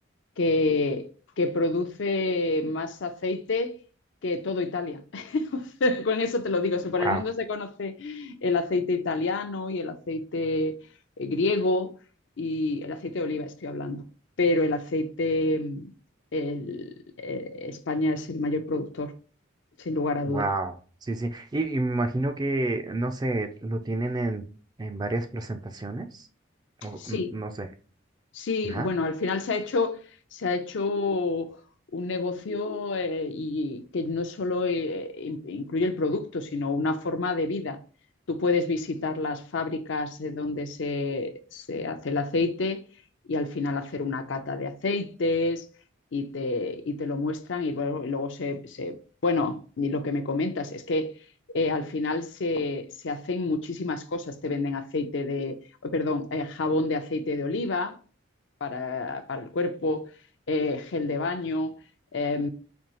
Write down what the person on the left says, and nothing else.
que, que produce más aceite que todo Italia. <laughs> O sea, Con eso te lo digo. O sea, por
el mundo se conoce el aceite italiano y el aceite eh, griego y el aceite de oliva, estoy hablando. Pero el aceite, el- eh, España es el mayor productor, sin lugar a
dudas.
Sí,
Sí,
bueno, al final se ha hecho, se ha hecho un negocio eh, y que no solo eh, in- incluye el producto, sino una forma de vida. Tú puedes visitar las fábricas eh, donde se, se hace el aceite y al final hacer una cata de aceites y te, y te lo muestran y luego, y luego se, se- Bueno, y lo que me comentas es que eh, al final se, se hacen muchísimas cosas. Te venden aceite de, oh, perdón, eh, jabón de aceite de oliva para, para el cuerpo, eh, gel de baño, eh,